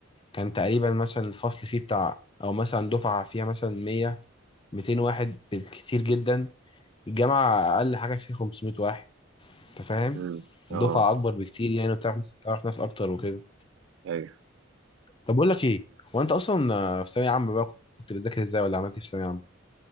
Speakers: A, on the left; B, on the right.
A: كان تقريبا مثلا الفصل فيه بتاع او مثلا دفعه فيها مثلا 100 200 واحد بالكتير جدا الجامعه اقل حاجه فيه 500 واحد انت فاهم
B: امم اه
A: دفعه اكبر بكتير يعني وبتعرف ناس- تعرف ناس اكتر وكده
B: ايوه
A: طب بقول لك ايه هو انت اصلا في ثانويه عامه بقى كنت بتذاكر ازاي ولا عملت إيه في ثانويه عامه